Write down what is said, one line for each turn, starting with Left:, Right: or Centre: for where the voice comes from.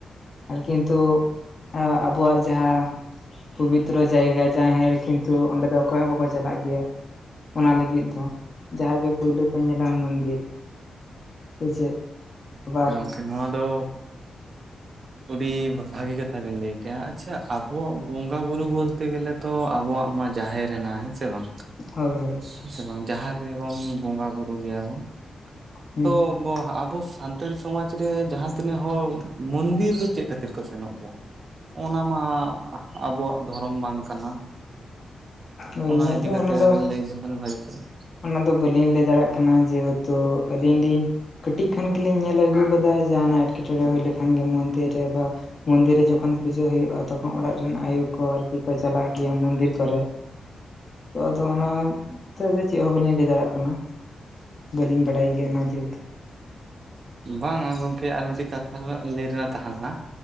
Left: ᱟᱨ ᱠᱤᱱᱛᱩ ᱟ ᱟᱵᱚᱣᱟᱜ ᱡᱟᱦᱟᱸ ᱼᱼ ᱯᱚᱵᱤᱛᱨᱚ ᱡᱟᱭᱜᱟ ᱡᱟᱦᱮᱨ ᱠᱤᱱᱛᱩ ᱚᱸᱰᱮ ᱫᱚ ᱚᱠᱚᱭ ᱦᱚᱸ ᱵᱟᱠᱚ ᱪᱟᱞᱟᱜ ᱜᱮᱭᱟ। ᱚᱱᱟ ᱞᱟᱹᱜᱤᱫ ᱫᱚ। ᱡᱟᱦᱟᱸ ᱜᱮ ᱯᱩᱭᱞᱩ ᱠᱚ ᱧᱮᱞᱟ ᱢᱚᱱᱫᱤᱨ᱾ ᱥᱮ ᱪᱮᱫ? <unintelligible>
Right: <inaudible> ᱱᱚᱣᱟ ᱫᱚ ᱼᱼ
Left: <inaudible>
Right: ᱩᱰᱤ ᱵᱷᱟᱹᱜᱤ ᱠᱟᱛᱷᱟ ᱵᱤᱱ ᱞᱟᱹᱭ ᱠᱮᱜᱼᱟ᱾ ᱟᱪᱪᱷᱟ ᱟᱵᱚᱣᱟᱜ ᱵᱚᱸᱜᱟ ᱵᱩᱨᱩ ᱵᱚᱞ ᱛᱮ ᱜᱮᱞᱮ ᱼᱼ ᱛᱚ ᱟᱵᱚᱣᱟᱜ ᱢᱟ ᱡᱟᱦᱮᱨ ᱦᱮᱱᱟᱜᱼᱟ᱾ ᱦᱮᱸ ᱥᱮ ᱵᱟᱝ?
Left: ᱦᱳᱭ ᱦᱳᱭᱼᱼ
Right: ᱦᱮᱸ ᱥᱮ ᱵᱟᱝ ᱡᱟᱦᱟᱸ ᱨᱮᱵᱚᱱ ᱵᱚᱸᱜᱟ ᱵᱩᱨᱩ ᱜᱮᱭᱟ ᱵᱚᱱ᱾
Left: ᱦᱩᱸ
Right: ᱛᱚ ᱵᱚ ᱟᱵᱚ ᱼᱼ ᱥᱟᱱᱛᱟᱲᱤ ᱥᱚᱢᱟᱡᱽ ᱨᱮ ᱡᱟᱦᱟ ᱛᱤᱱᱟᱹᱜ ᱦᱚᱲ ᱢᱚᱱᱫᱤᱨ ᱨᱮ ᱪᱮᱫ ᱠᱷᱟᱹᱛᱤᱨ ᱠᱚ ᱥᱮᱱᱚᱜ ᱜᱮᱭᱟ ᱚᱱᱟ ᱢᱟ ᱟᱵᱚᱣᱟᱜ ᱫᱷᱚᱨᱚᱢ ᱵᱟᱝ ᱠᱟᱱᱟ᱾
Left: ᱳᱭ
Right: ᱚᱱᱟ
Left: ᱧᱮᱞ
Right: ᱤᱫᱤ
Left: ᱢᱮ
Right: ᱠᱟᱛᱮ
Left: ᱫᱚ
Right: ᱟᱵᱮᱱ ᱞᱟᱹᱭ ᱞᱮᱠᱷᱟᱱ ᱵᱷᱟᱜᱤ ᱠᱚᱜᱼᱟ
Left: ᱚᱱᱟ ᱫᱚ ᱵᱟᱹᱞᱤᱧ ᱞᱟᱹᱭ ᱫᱟᱲᱮᱭᱟᱜ ᱠᱟᱱᱟ ᱡᱮᱦᱮᱛᱩ ᱟᱹᱞᱤᱧ ᱞᱤᱧᱼᱼ ᱠᱟᱹᱴᱤᱡ ᱠᱷᱚᱱ ᱜᱮᱞᱤᱧ ᱧᱮᱞ ᱟᱹᱜᱩ ᱠᱟᱫᱟ ᱡᱟᱦᱟᱱᱟᱜ ᱮᱸᱴᱠᱮᱴᱚᱸᱬᱮ ᱦᱩᱭ ᱞᱮᱠᱷᱟᱱ ᱜᱮ ᱢᱚᱱᱫᱤᱨ ᱨᱮ ᱵᱟᱼᱼ ᱢᱚᱱᱫᱤᱨ ᱨᱮ ᱡᱚᱠᱷᱚᱱ ᱯᱩᱡᱟᱹ ᱦᱩᱭᱩᱜᱼᱟ ᱛᱚᱠᱷᱚᱱ ᱚᱲᱟᱜ ᱨᱮᱱ ᱟᱭᱳ ᱠᱚ ᱟᱨᱠᱤ ᱠᱚ ᱪᱟᱞᱟᱜ ᱜᱮᱭᱟ ᱢᱚᱱᱫᱤᱨ ᱠᱚ ᱨᱮᱼᱼ ᱛᱚ ᱟᱫᱚ ᱚᱱᱟ ᱛᱮᱫᱚ ᱪᱮᱜ ᱦᱚ ᱵᱟᱹᱞᱤᱧ ᱞᱟᱹᱭ ᱫᱟᱲᱮᱭᱟᱜ ᱠᱟᱱᱟ ᱵᱟᱹᱞᱤᱧ ᱵᱟᱲᱟᱭ ᱜᱮᱭᱟ ᱱᱟ ᱡᱮᱦᱮᱛᱩᱼᱼ
Right: ᱵᱟᱝᱼᱟ ᱜᱚᱢᱠᱮ ᱟᱨ ᱢᱤᱜᱴᱤᱜ ᱠᱟᱛᱷᱟ ᱞᱟᱹᱭ ᱨᱮᱱᱟᱜ ᱛᱟᱦᱮ ᱞᱮᱱᱟ